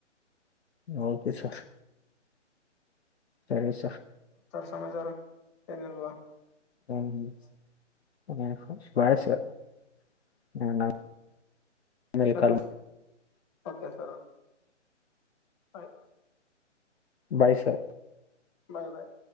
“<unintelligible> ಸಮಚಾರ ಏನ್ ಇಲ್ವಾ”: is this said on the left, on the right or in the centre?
Left